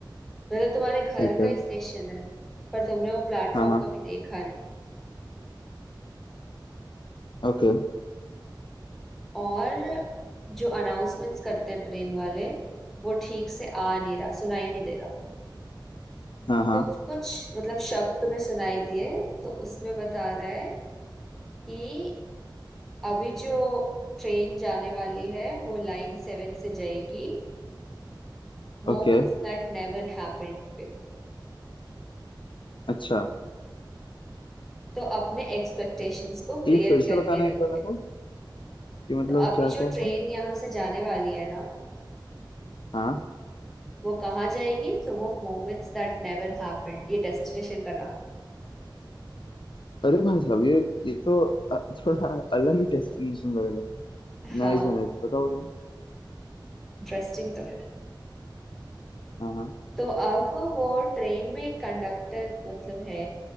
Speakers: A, in the centre; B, on the left.
A: मतलब तुम्हारे घर
B: ठीक है
A: का ही स्टेशन है पर तुमने वो प्लेटफॉर्म
B: हाँ हाँ
A: कभी देखा नहीं
B: ओके
A: और जो अनाउंसमेंट्स करते हैं ट्रेन वाले वो ठीक से आ नहीं रहा सुनाई नहीं दे रहा
B: हाँ हाँ
A: कुछ कुछ मतलब शब्द तुम्हें सुनाई दिए तो उसमें बता रहा है कि अभी जो ट्रेन जाने वाली है वो लाइन सेवन से जाएगी मोमेंट्स
B: ओके
A: दैट नेवर हैपेंड पे
B: अच्छा
A: तो अपने एक्सपेक्टेशंस को
B: ये
A: क्लियर
B: फिर से
A: करके
B: बताना एक
A: रखें
B: बार मेरे को कि मतलब
A: तो अभी
B: क्या
A: जो
B: क्या हुआ
A: ट्रेन यहाँ से जाने वाली है ना
B: हाँ
A: वो कहाँ जाएगी तो वो मोमेंट्स दैट नेवर हैपेंड ये डेस्टिनेशन का नाम
B: अरे भाई साहब ये ये तो अ, थोड़ा अलग ही डेस्टिनेशन लग रहा है
A: हाँ
B: नाइस है नाइस बताओ बताओ
A: इंटरेस्टिंग तो है
B: हाँ हाँ
A: तो अब वो ट्रेन में एक कंडक्टर मतलब है